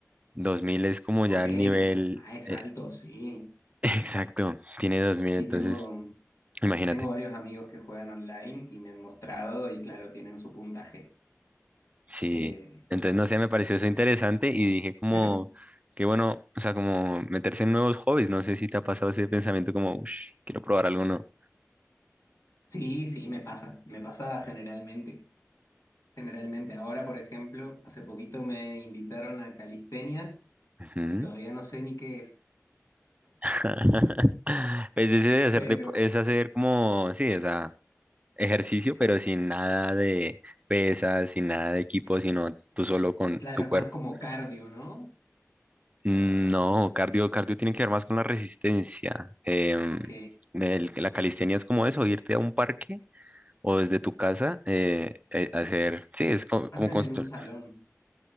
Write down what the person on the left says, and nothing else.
ok.
Ah, es
alto, sí.
Sí,
tengo,
tengo varios amigos que juegan online y me han mostrado y claro, tienen su puntaje.
Eh,
sí,
sí,
loco.
<laughs>
Sí, sí, me pasa, me pasa generalmente. Generalmente ahora, por ejemplo, hace poquito me invitaron a calistenia
y todavía no sé ni qué es.
Pero,
claro,
es
más como cardio, ¿no?
Ok.
Hacen
en un salón.